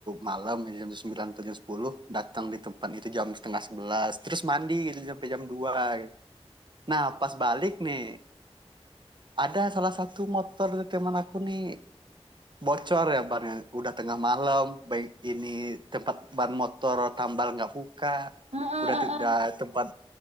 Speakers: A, on the right (about 45°); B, on the right (about 80°).
A: malam ya, jam 9 atau jam 10, datang di tempat itu jam setengah sebelas. terus mandi gitu sampai jam dua. gitu. Nah, pas balik nih ada salah satu motor dari teman aku nih bocor ya bannya udah tengah malam baik ini tempat ban motor tambal nggak buka
B: Eh, eh,
A: udah
B: eh,
A: tidak
B: eh.
A: tempat